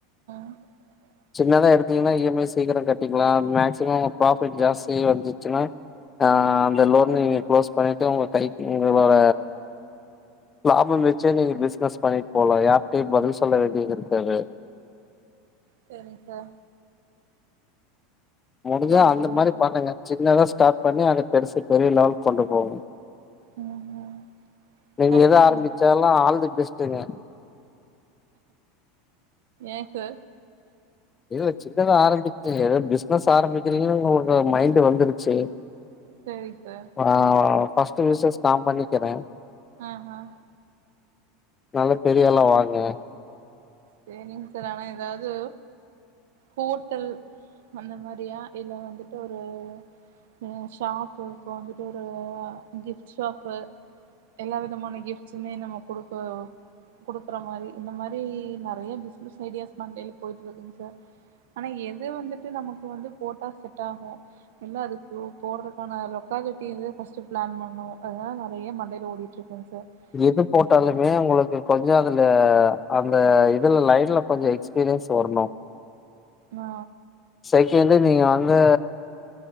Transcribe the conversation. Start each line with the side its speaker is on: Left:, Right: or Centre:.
Right: <inaudible>
Left: சின்னதா எடுத்தீங்கன்னா இ எம் ஐ சீக்கிர கட்டிக்கலா மேக்சிமம் ப்ராஃபிட் ஜாஸ்தி வந்துச்சுன்னா ஆ அந்த லோனு நீங்க குளோஸ் பண்ணிட்டு உங்க கைகு உங்களோட லாபம் வச்சே நீங்க பிசினஸ் பண்ணிட்டு போலா யார்ட்டயு பதில் சொல்ல வேண்டி இருக்காது
Right: செரிங் சார்
Left: முடிஞ்சா
Right: கரெக்ட்
Left: அந்த
Right: தான்க்கா
Left: மாரி பண்ணுங்க சின்னதா ஸ்டார்ட் பண்ணி அத பெருசு பெரிய லெவல்கு கொண்டு போங்க
Right: ம் ம்
Left: நீங்க
Right: கரெக்ட்
Left: எத
Right: தான்க்கா
Left: ஆரம்பிச்சாலு ஆல் த பெஸ்ட்டுங்க
Right: ஏக்கு
Left: ஏதோ சின்னதா ஆரம்பிச்சு ஏதோ பிசனஸ் ஆரம்பிக்கிரிங்கணு ஒரு மைண்டு வந்துருச்சு
Right: செரி சார்
Left: ஆ ஃபர்ஸ்ட்டு விசஸ் நா பண்ணிக்கிறே
Right: ஆஹா
Left: நல்லா பெரியாலா வாங்க
Right: சேரிங் சார் ஆனா எதாது ஹோட்டல் அந்த மாரியா இல்ல வந்துட்டு ஒரு ம் ஷாப்பு இப்போ வந்துட்டு ஒரு கிஃப்ட் ஷாப்பு எல்லா விதமான கிஃப்ட்ஸுமே நம்ம குடுக்க குடுக்குற மாரி இந்த மாரி நெறைய பிஸ்னஸ் ஐடியாஸ் மண்டைல போயிட்ருக்குங்க சார் ஆனா எது வந்துட்டு நமக்கு வந்து போட்டா செட்டாகு எல்லா அதுக்கு போட்றதுக்கான லொக்காலிட்டி வந்து ஃபஸ்ட்டு பிளான் பண்ணோ அதனால நெறைய மண்டையில ஓடி ட்ருக்குங்கு சார்
Left: எது போட்டாலுமே
Right: அது
Left: உங்களுக்கு கொஞ்ச அதுல அந்த இதுல லைன்ல கொஞ்ச எக்ஸ்பீரியன்ஸ் வரணு
Right: ஆ
Left: செகண்டு நீங்க வந்து